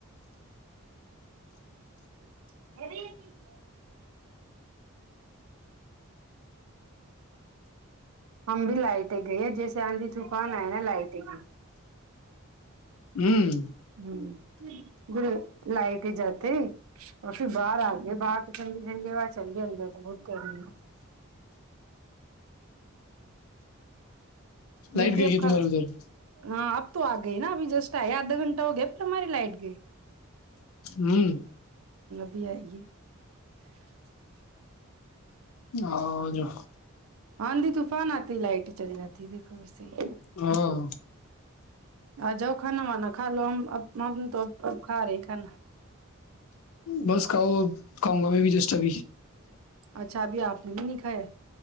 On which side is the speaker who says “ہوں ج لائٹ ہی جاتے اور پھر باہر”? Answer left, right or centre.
Right